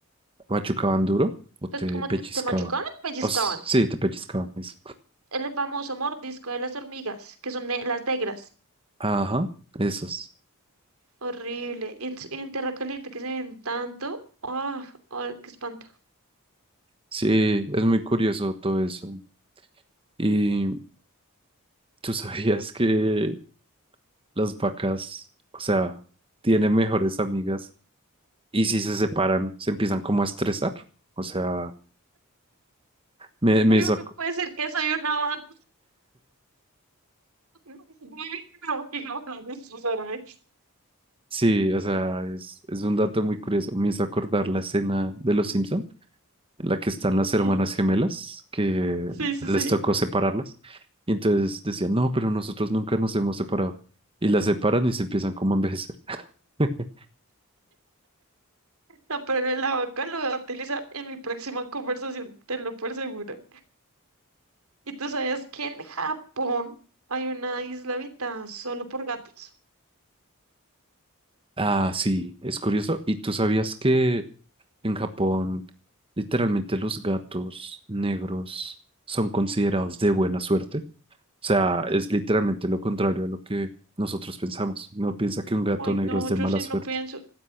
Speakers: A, on the right (about 25°); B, on the right (about 80°).
A: machucaban duro o te
B: Pues, ¿Cómo
A: pellizcaban.
B: te, te machucaban o te pellizcaban?
A: O s- sí, te pellizcaban, eso.
B: El famoso mordisco de las hormigas, que son ne- las negras.
A: Ajá, esos.
B: Horrible. Y en, s- y en tierra caliente que se ven tanto. ¡Oh, oh, qué espanto!
A: Sí, es muy curioso todo eso. Y tú <laughs> sabías que las vacas, o sea, tienen mejores amigas y si se separan, se empiezan como a estresar. O sea, me, me
B: Ay,
A: hizo, ac-
B: no puede ser que soy una vaca. <laughs> No, no, no, no, no, Susana.
A: sí, o sea, es, es un dato muy curioso. Me hizo acordar la escena de Los Simpson en la que están las hermanas
B: Sí,
A: gemelas, que
B: sí, sí.
A: les
B: sí.
A: tocó separarlas. Y entonces decían, no, pero nosotros nunca nos hemos separado. Y las separan y se empiezan como a envejecer. <laughs>
B: No, pero la vaca lo voy a utilizar en mi próxima conversación, tenlo por seguro. ¿Y tú sabías que en Japón hay una isla habitada solo por gatos?
A: Ah, sí, es curioso. ¿Y tú sabías que En Japón, literalmente los gatos negros son considerados de buena suerte. O sea, es literalmente lo contrario a lo que nosotros pensamos. No piensa que un gato
B: Ay,
A: negro
B: no,
A: es de
B: yo
A: mala
B: sí
A: suerte.
B: no pienso.